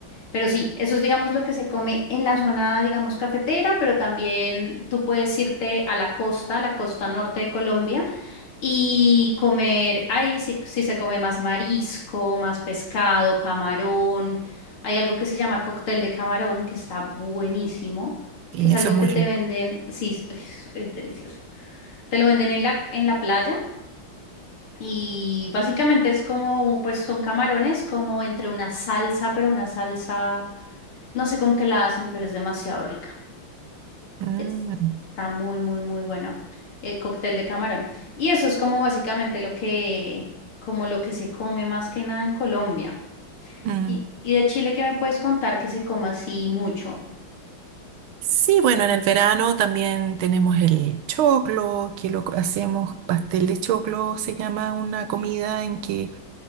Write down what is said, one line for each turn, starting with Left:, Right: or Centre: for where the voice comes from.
Left: pero sí, eso es, digamos, lo que se come en la zona, digamos, cafetera, pero también tú puedes irte a la costa, la costa norte de Colombia Y comer, ahí sí, sí se come más marisco, más pescado, camarón. Hay algo que se llama cóctel de camarón, que está buenísimo,
Right: Y
Left: que es algo
Right: eso es muy
Left: que te
Right: rico.
Left: venden, sí, es, es- es delicioso. Te lo venden en la, en la playa y básicamente es como, pues son camarones como entre una salsa, pero una salsa, no sé con qué la hacen, pero es demasiado rica.
Right: Mm,
Left: Es- está muy, muy, muy bueno. El cóctel de camarón. Y eso es como básicamente lo que, como lo que se come más que nada en Colombia.
Right: mm.
Left: Y, y de Chile, ¿qué me puedes contar que se coma así mucho?
Right: Sí, bueno, en el verano también tenemos el choclo, que lo hacemos pastel de choclo, se llama una comida en que